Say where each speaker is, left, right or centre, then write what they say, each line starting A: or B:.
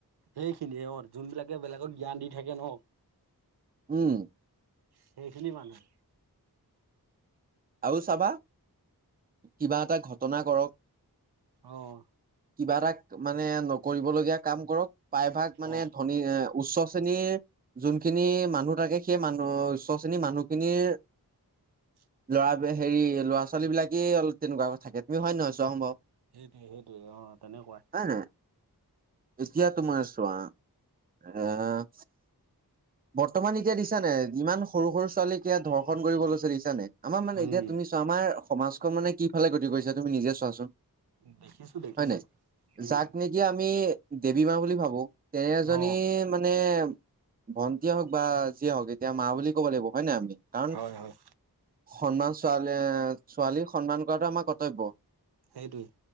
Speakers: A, on the right; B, on the right.
A: সেইখিনিয়ে অ যোনবিলাকে বেলেগক জ্ঞান দি থাকে ন।
B: উম।
A: সেইখিনি মানুহে।
B: আৰু চাবা কিবা এটা ঘটনা কৰক।
A: অহ।
B: কিবা এটা মানে নকৰিবলগীয়া কাম কৰক প্ৰায়ভাগ মানে
A: অ
B: ধনী উচ্চ শ্ৰেণীৰ যোনখিনি মানুহ থাকে সেই মানুহ উচ্চ শ্ৰেণীৰ মানুহখিনিৰ
A: <unintelligible>
B: ল'ৰা হেৰি ল'ৰা ছোৱালী বিলাকেই অলপ তেনেকুৱা থাকে তুমি হয় নহয় চোৱা বাৰু।
A: সেইটোৱে সেইটোৱে অ তেনেকুৱাই।
B: নাই এতিয়া তোমাৰ চোৱা আহ বৰ্তমান এতিয়া দেখিছা নে নাই ইমান সৰু সৰু ছোৱালীক এয়া ধৰ্ষণ কৰিব লৈছে দিছানে? আমাৰ মানে
A: উম
B: এতিয়া তুমি চোৱা আমাৰ সমাজখন মানে কি ফালে গতি কৰিছা তুমি নিজে চোৱাচোন
A: দেখিছো দেখিছো।
B: হয় নাই
A: উম
B: যাক নেকি আমি দেৱী মা বুলি ভাবো তেনে এজনী
A: অ
B: মানে ভণ্টিয়ে হওক বা যিয়ে হওক এতিয়া মা বুলি ক'ব লাগিব হয় নাই আমি কাৰণ
A: হয় হয়
B: সন্মান ছোৱালী এ ছোৱালীক সন্মান কৰাটো আমাৰ কৰ্তব্য
A: সেইটোৱেই।